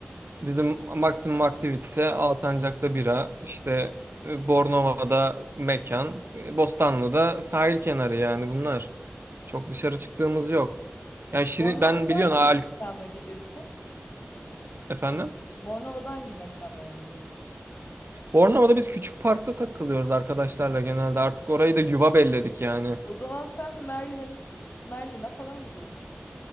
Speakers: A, on the right (about 60°); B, on the left (about 55°).
A: bizim maksimum aktivite Alsancak'ta bira, işte e, Bornova'da mekan, e, Bostanlı'da sahil kenarı yani bunlar. Çok dışarı çıktığımız yok. Yani şirin,
B: Bornova'da
A: ben biliyorsun
B: hangi
A: Alk
B: mekana gidiyorsun?
A: efendim.
B: Bornova'da hangi mekanlara gidiyorsun?
A: Bornova'da biz küçük parkta takılıyoruz arkadaşlarla genelde. Artık orayı da yuva belledik yani.
B: O zaman sen Merlin, Merlin'e falan gidiyorsun.